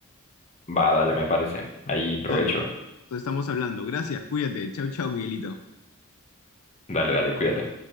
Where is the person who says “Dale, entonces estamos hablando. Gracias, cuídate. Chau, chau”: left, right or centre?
Left